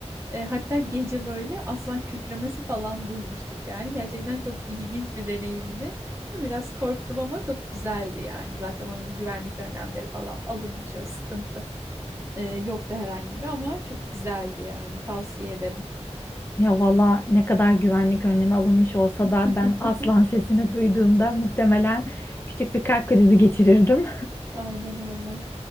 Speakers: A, on the right; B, on the left.
A: E, hatta gece böyle aslan kükremesi falan duymuştuk yani. Gerçekten çok ilginç bir deneyimdi. Biraz korktum ama çok güzeldi yani. Zaten onun güvenlik önlemleri falan alınmış. Öyle sıkıntı e, yoktu herhangi bir ama çok güzeldi yani. Tavsiye ederim.
B: Ya valla ne kadar güvenlik önlemi alınmış olsa
A: <laughs>
B: da ben aslan <laughs> sesini duyduğumda muhtemelen küçük bir kalp krizi geçirirdim.
A: Aynen öyle.